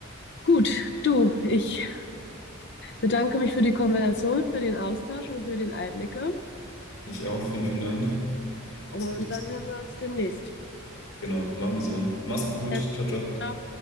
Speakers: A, on the left; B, on the left.
A: Gut, du, ich bedanke mich für die Kombination, für den Austausch und für den Einblicke.
B: Ich auch, vielen, vielen Dank.
A: Und
B: Sind das-
A: dann hören wir uns demnächst.
B: Genau, machen wir so. Mach's gut,
A: Ja,
B: ciao, ciao.
A: ciao.